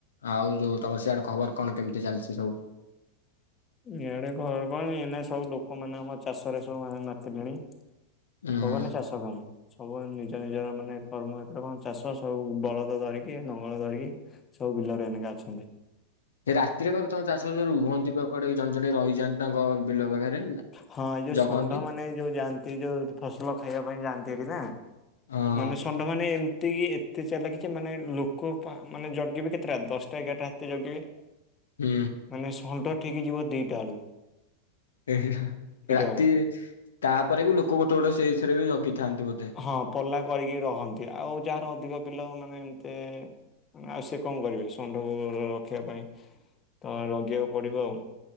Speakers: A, on the left; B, on the left.
A: ଆଉ ଯୋଉ ତମର୍ ସେଆଡ଼େ ଖବର୍ କଣ କେମିତି ଚାଲ୍ଛି ସବୁ।
B: ଇଆଡ଼େ କଣ୍ କରନ୍ତିକି ନା ସବୁ ଲୋକମାନେ ଆମ ଚାଷରେ ସବୁ ମା ମାତିଲେଣି। ସବ୍
A: ହୁଁ
B: ମାନେ ଚାଷ କାମ। ସବୁ ମାନେ ନିଜ ନିଜର ମାନେ କର୍ମ ଏତତ କଣ ଚାଷ ସବୁ ବଳଦ ଦରିକି ନଙ୍ଗଳ ଧରିକି ସବୁ ବିଲରେ ଏନିକା ଅଛନ୍ତି।
A: ହେ ରାତିରେ <unintelligible> ରୁହନ୍ତି ପକଡ଼େଇ ଜଣେ ଜଣେ ରହିଯାନ୍ତି ତାଙ୍କ ବିଲ ପାଖରେ।
B: ହଁ ଏଇ ଯୋଉ
A: ଜଗନ୍ତି।
B: ଷଣ୍ଢ ମାନେ ଏଇ ଯୋଉ ଯାଆନ୍ତି ଯୋଉ ଫସଲ ଖାଇବା ପାଇଁ ଯାଆନ୍ତି ହେରି ନା
A: ହଁ
B: ମାନେ ସନ୍ ଲୋକ୍ ମାନେ ଏମ୍ତିକି ଏତେ ଚାଲାକି କି ମାନେ ଲୋକ ପା ମାନେ ଜଗିବେ କେତେଟା ଦଶ୍ ଟା ଏଗାର୍ ଟା ହାତେ ଜଗିବେ। <inaudible>
A: ହୁଁ
B: ମାନେ ଷଣ୍ଢ ଠିକ୍ ଯିବ ଦିଟା ବେଳକୁ।
A: ଏ ହେ ହେ ରାତି
B: ବେଳୁ।
A: କାପରେ ବି ଲୋକ ଗୋଟେ ଗୋଟେ ସେଇଥିରେ ବି ଯଗିଥାନ୍ତି ବୋଧେ।
B: ହଁ ପଲ୍ଲା କରିକି ରହନ୍ତି ଆଉ ଯାହାର ଅଧିକ ବିଲ ମାନେ ଏମ୍ତି ଆ ସେ କଣ କରିବେ ଷଣ୍ଢକୁ ରଖିବା ପାଇଁ ତ ରଗିବାକୁ ପଡ଼ିବ ଆଉ।